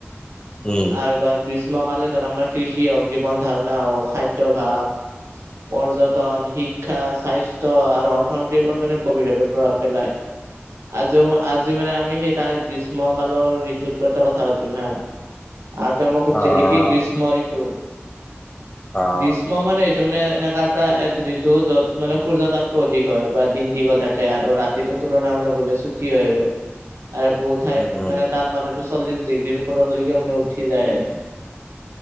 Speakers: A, on the left; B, on the right.
A: উম
B: আৰু ধৰ গ্ৰীষ্মকালে ধৰ আমাৰ কৃষি হওঁক, জীৱন ধাৰণা হওঁক, খাদ্যভাস। পৰ্যটন, শিক্ষা, স্বাস্থ্য আৰু অৰ্থনীতিৰ ওপৰত মানে গভীৰভাৱে প্ৰভাৱ পেলায়। আজিও আজি মানে আমি সেই তাৰ গ্ৰীষ্ম কালৰ ঋতুৰওপৰতে কথা পাতিম হা।
A: <inaudible>
B: আৰু ত‌ই মোক সুধিছ
A: অ
B: কি গ্ৰীষ্ম ঋতু।
A: অ
B: গ্ৰীষ্ম মানে হৈছে মানে এনেকা এটা এটা ঋতু য'ত মানে সূৰ্য তাপটো অধিক হয় বা দিন দীঘল থাকে আৰু ৰাতিটো তুলনামূলকভাৱে ছুটি হয় আৰু। আৰু বহু ঠাইত
A: উম উম
B: মানে তাপমাত্ৰাতটো চল্লিশ ডিগ্ৰীৰ ওপৰলৈকে মানে উঠি যায় আৰু।